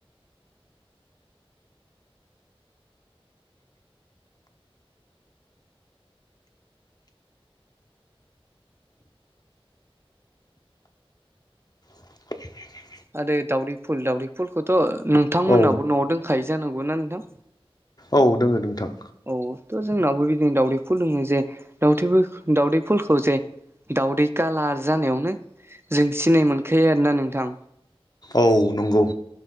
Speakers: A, on the left; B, on the right.
A: <inaudible>
B: आरो दावदै फुल दाावदै फुलखौथ' नोंथांमोनहाबो
A: औ
B: न'आव दंखायो जानांगौना नोंथां।
A: औ दोङो नोंथां
B: औथ' जोंनावबो बिदिनो दाावदै फुल दोङो जे दावदै दावदै फुलखौ जे दावदै कालार जानायावनो जों सिनाय मोनखायो आरोना नोंथां
A: औ नंगौ